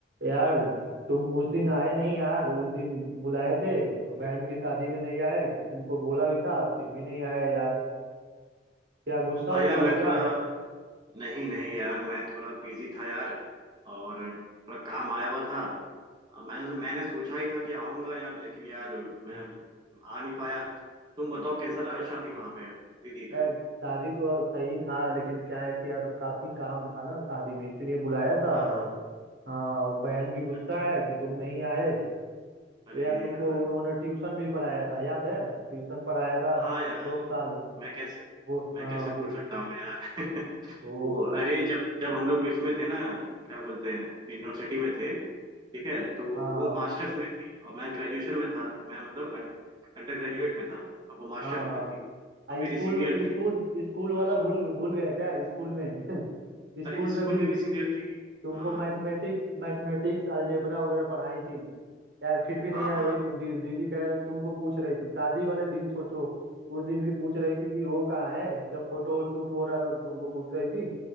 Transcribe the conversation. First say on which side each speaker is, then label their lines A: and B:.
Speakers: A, on the right; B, on the right.
A: यार तुम उस दिन आए नहीं यार उस दिन बुलाए थे बहन की शादी में नहीं आए तुमको बोला भी था फिर भी नहीं आए यार क्या गुस्सा
B: हाँ
A: उस्सा
B: यार मैं
A: हो क्या
B: थोड़ा नहीं नहीं यार मैं थोड़ा बिजी था यार और थोड़ा काम आया हुआ था मैं मैंने सोचा ही था कि आऊंगा यार लेकिन यार मैं आ नहीं पाया तुम बताओ कैसा रहा शादी वहाँ पे दीदी का
A: यार शादी तो सही था लेकिन क्या है कि यार काफी काम था ना शादी में इसीलिए बुलाया था
B: हाँ
A: और
B: हाँ
A: हाँ और बहन भी
B: अच्छा
A: गुस्सा
B: अच्छा
A: है कि तुम नहीं आए तो
B: अरे
A: यार तुमको
B: यार
A: उन्होंने ट्यूशन भी पढ़ाया था याद है ट्यूशन पढ़ाया था
B: हाँ यार
A: दो साल
B: मैं कैसे
A: वो
B: मैं
A: हाँ
B: कैसे भूल
A: वो
B: सकता हूँ यार <laughs>
A: वो
B: वो अरे जब जब हम लोग इसमें थे ना क्या बोलते हैं यूनिवर्सिटी में थे ठीक है तो
A: हाँ
B: वो मास्टर्स में थी और मैं ग्रेजुएशन में था मैं मतलब अंडर ग्रेजुएट में था अब वो मास्टर्स
A: हाँ
B: में थी तो
A: आ,
B: मेरी
A: स्कूल
B: सीनियर
A: में स्कूल
B: थी
A: स्कूल वाला
B: हाँ
A: भूल भूल गया क्या स्कूल में <laughs> स्कूल
B: अरे
A: में
B: स्कूल
A: भी
B: में भी सीनियर थी
A: तुमको
B: हाँ
A: मैथमेटिक्स मैथमेटिक्स अलजेब्रा वगैरह पढ़ाई थी यार फिर भी नहीं
B: हाँ
A: आए
B: हाँ
A: वही दी, दीदी कह रहे तुमको पूछ रही थी शादी वाले दिन सोचो उस दिन भी पूछ रही थी कि वो कहाँ है जब फोटो शूट हो रहा था तो तुमको पूछ रही थी